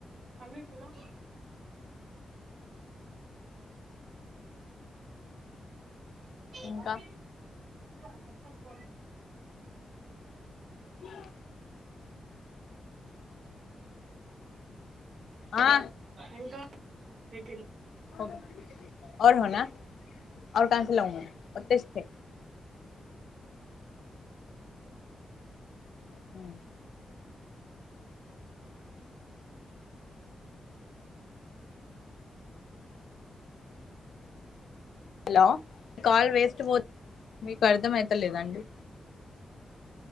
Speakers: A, on the right; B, on the left.
A: అమ్మీక్ బులావ్
B: ఇంకా
A: బాబీ హెడ్సెట్
B: మ్యావ్ ఆ
A: ఇంకా మీ పిల్
B: కొ కోన్ హోనా ఔర్ కహాసే లావు మె ఒ తీస్కె మ్ హలో కాల్ వేస్ట్ పోత్ మీకు అర్ధమైతలేదా అండి